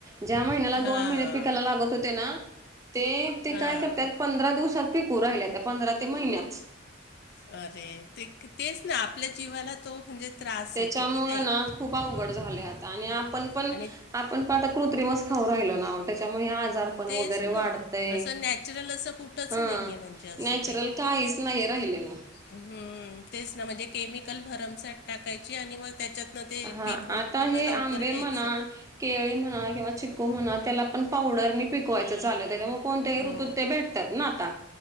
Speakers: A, on the right; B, on the left.
A: ज्या महिन्याला
B: हां
A: दोन महिने पिकाला लागत होते ना ते, ते
B: हां
A: काय करत्यात, पंधरा दिवसात पिकू राहिल्यात त्या पंधरा ते महिन्यात.
B: अरे ते तेच ना, आपल्या जीवाला जो म्हणजे त्रास
A: त्याच्यामुळं
B: येतो की नाही
A: ना खूप अवघड झाले आता आणि आपण पण,
B: आणि
A: आपण पण आता कृत्रिमच खाऊ राहिलो ना त्याच्यामुळे हे आजारपण
B: तेच
A: वगैरे
B: ना
A: वाढतय,
B: असं नॅचरल असं कुठंच
A: हा.
B: नाही आहे म्हणजे असं
A: नॅचरल काहीच नाही राहिलेलं.
B: हू तेच ना, म्हणजे केमिकल भरमसाट टाकायची आणि वर त्याच्यातनं ते
A: हा
B: पीक उत्पन्न
A: आता हे
B: लवकर
A: आंबे
B: घ्यायचं
A: म्हणा केळी म्हणा किंवा चिकू म्हणा त्याला पण पावडरनी पिकवायचं चाललंय त्याज्यामु कोणत्याही
B: हो
A: ऋतुत ते भेटतात ना आता,